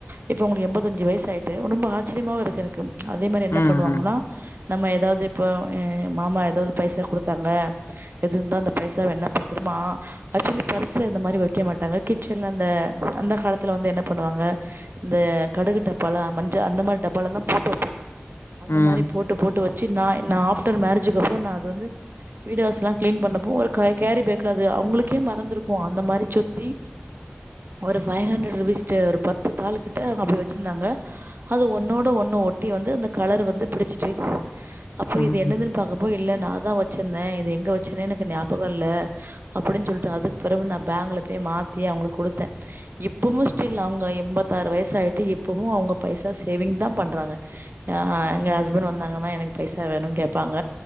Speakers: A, on the right (about 60°); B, on the left (about 80°).
A: இப்ப அவங்களுக்கு எண்பத்தஞ்சு வயசு ஆயிட்டு ரொம்ப ஆச்சரியமா இருக் னக்கு அதே மாரி என்ன
B: ம்ஹ்ம்.
A: பண்ணுவாங்கன்னா நம்ம ஏதாது இப்போ ஏ மாமா ஏதாது பைசா குடுத்து த்தாங்க இருந்தா அந்த பைசாவ என்ன பத்ருமா ஆக்சுவலி பர்ஸ்ல இந்த மாரி வக்க மாட்டாங்க கிச்சன்ல அந்த அந்த காலத்துல வந்து என்ன பண்ணுவாங்க இந்த கடுகு டப்பால மஞ்ச அந்த மாரி டப்பால எல்லாம் போட்டு வப்பாங் அந்த
B: ம்.
A: மாரி போட்டு போட்டு வச்சு நா நா ஆஃப்டர் மேரேஜக்கு அப்புறம் நா அது வந்து வீடு வாசல்லாம் கிளீன் பண்ணுறப்போ ஒரு க கேரி பாக்லே அது அவங்களுக்கே மறந்திருக்கும் அந்த மாரி சுத்தி ஒரு ஃபைவ் ஹண்டரட் ருபீஸ்ட்டு ஒரு பத்து தாளு கிட்ட அவங்க அப்பிடி வச்சிருந்தாங்க அது ஒன்னோட ஒண்ணு ஒட்டி வந்து அந்த கலர் வந்து பிடிச்சிட்டு அப்போ
B: ம்ஹ்ம்.
A: இது என்னதுன்
B: ம்.
A: பாக்கப்போ இல்ல நான் தா வச்சிருந்தேன் இது எங்க வச்சேன்னே எனக்கு ஞாபகம் இல்ல அப்படின் சொல்ட்டு அதுக்கு பெறவு நான் பாங்க்ல போய் மாத்தி அவங்களுக்கு குடுத்தேன் இப்பவும் ஸ்டில் அவங்க எண்பத்தாறு வயசு ஆயிட்டு இப்பவும் அவங்க பைசா சேவிங் தா பண்றாங்க அ எங்க ஹஸ்பண்ட் வந்தாங்கன்னா எனக்கு பைசா வேணு கேட்பாங்க